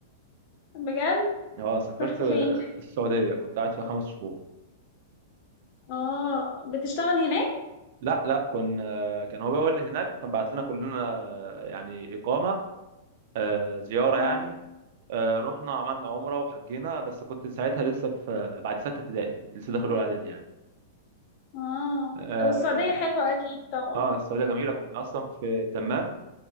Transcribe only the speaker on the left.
بجد
رحت
فين
اه بتشتغل هناك
اه
اه
والسعودية حلوة اكيد طبعا